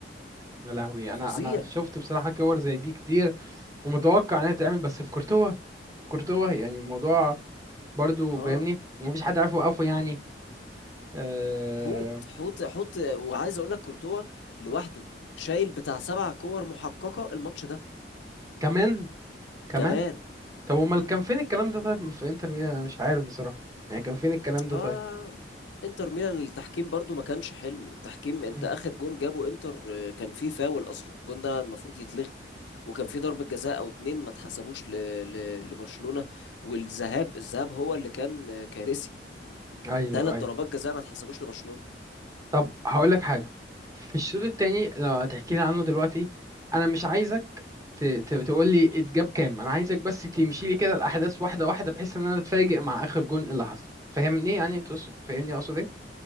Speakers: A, on the right; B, on the left.
A: يا لهوي انا
B: فظيع
A: انا شفت بصراحة كور زي دي كتير ومتوقع انها تتعمل بس في كورتوا كورتوا يعني الموضوع برضو
B: اه
A: فاهمني مفيش حد عارف يوقفه يعني آه...
B: حوت حوت حوت وعايز اقول لك كورتوا لوحده شايل بتاع سبع كور محققه الماتش ده
A: كمان كمان
B: كمان
A: طب امال
B: امم
A: كان فين الكلام ده طيب في انتر ميلان انا مش عارف بصراحة يعني كان فين الكلام ده
B: اه
A: طيب
B: انتر ميلان التحكيم برضو ما كانش حلو التحكيم انت
A: مم.
B: اخر جون جابه انتر آه، كان فيه فاول اصلا الجون ده المفروض يتلغي وكان في ضربة جزاء او اتنين ما اتحسبوش ل... ل... لبرشلونة والذهاب الذهاب هو اللي كان آه، كارثي
A: ايوه
B: ثلاث
A: ايوه
B: ضربات جزاء ما اتحسبوش لبرشلونة
A: طب هقول لك حاجة في الشوط التاني لو هتحكي لي عنه دلوقتي انا مش عايزك تقول لي اتجاب كام انا عايزك بس تمشي لي كده الاحداث واحدة واحدة بحيث ان انا اتفاجئ مع اخر جون اللي حصل فاهمني يعني انت تقصد- فاهمني اقصد ايه